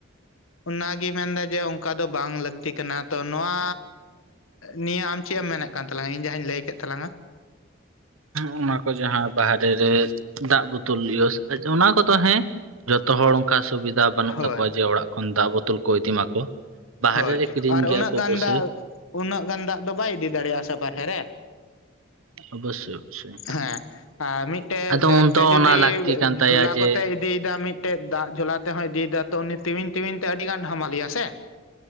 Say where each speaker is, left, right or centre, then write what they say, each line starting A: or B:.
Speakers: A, on the left; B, on the right.
A: ᱚᱱᱟᱜᱮ ᱢᱮᱱ ᱮᱫᱟ ᱡᱮ ᱚᱱᱠᱟ ᱫᱚ ᱵᱟᱝ ᱞᱟᱹᱠᱛᱤ ᱠᱟᱱᱟ, ᱛᱚ ᱱᱚᱣᱟ ᱱᱤᱭᱟᱹ ᱟᱢ ᱪᱮᱫ ᱮᱢ ᱢᱮᱱᱮᱫ ᱠᱟᱱ ᱛᱟᱞᱟᱝ-ᱟ ᱤᱧ ᱡᱟᱦᱟᱸᱧ ᱞᱟᱹᱭ ᱠᱮᱫ ᱛᱟᱞᱟᱝ-ᱟ?
B: ᱚᱱᱟ ᱠᱚ ᱡᱟᱦᱟᱸ ᱵᱟᱦᱨᱮ ᱨᱮ ᱫᱟᱜ ᱵᱳᱛᱚᱞ ᱮᱣᱩᱥ ᱚᱱᱟ ᱠᱚᱫᱚ ᱦᱮᱸ ᱡᱚᱛᱚ ᱦᱚᱲ ᱚᱱᱠᱟ ᱥᱩᱵᱤᱫᱷᱟ ᱵᱟᱹᱱᱩᱜ
A: ᱦᱳᱭ
B: ᱛᱟᱠᱚᱣᱟ ᱡᱮ ᱚᱲᱟᱜ ᱠᱷᱚᱱ ᱫᱟᱜ ᱵᱳᱛᱳᱚᱞ ᱠᱚ ᱤᱫᱤ ᱢᱟᱠᱚ ᱵᱟᱦᱨᱮ
A: ᱦᱳᱭ
B: ᱨᱮ ᱠᱤᱨᱤᱧ
A: ᱟᱨ
B: ᱜᱮᱭᱟ
A: ᱩᱱᱟᱹᱜ
B: ᱠᱚ
A: ᱜᱟᱱ
B: ᱚᱵᱚᱥᱥᱳᱭ
A: ᱫᱟᱜ, ᱩᱱᱟᱹᱜ ᱜᱟᱱ ᱫᱟᱜ ᱫᱚ ᱵᱟᱭ ᱤᱫᱤ ᱫᱟᱲᱮᱭᱟᱜ-ᱟ ᱥᱮ ᱵᱟᱦᱨᱮ ᱨᱮ᱾
B: <inaudible> ᱚᱵᱚᱥᱥᱳᱭ
A: ᱦᱮᱸ ᱟᱨ ᱢᱤᱫᱴᱮᱡ
B: ᱟᱫᱚ
A: ᱵᱮᱜᱽ
B: ᱩᱱᱫᱚ
A: ᱛᱮ ᱡᱩᱫᱤ
B: ᱚᱱᱟ ᱞᱟᱹᱠᱛᱤ ᱠᱟᱱ ᱛᱟᱭᱟ
A: ᱡᱷᱚᱞᱟ
B: ᱡᱮ
A: ᱠᱚᱛᱮ ᱤᱫᱤᱭᱫᱟ ᱢᱤᱫᱴᱮᱡ ᱫᱟᱜ ᱡᱷᱚᱞᱟ ᱛᱮᱦᱭ ᱤᱫᱤᱭᱫᱟ ᱛᱚ ᱩᱱᱤ ᱴᱤᱣᱤᱧ ᱛᱤᱣᱤᱧ ᱛᱮ ᱟᱹᱰᱤ ᱜᱟᱱ ᱦᱟᱢᱟᱞᱮᱭᱟ ᱥᱮ